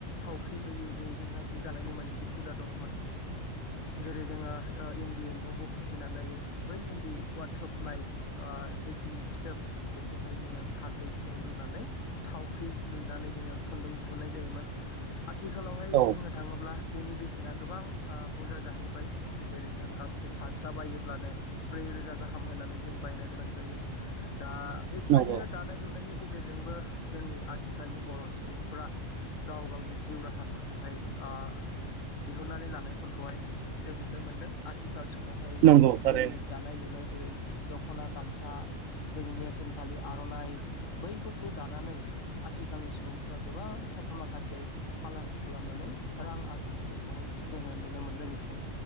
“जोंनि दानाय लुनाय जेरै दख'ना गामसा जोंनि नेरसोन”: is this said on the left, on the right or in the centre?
Left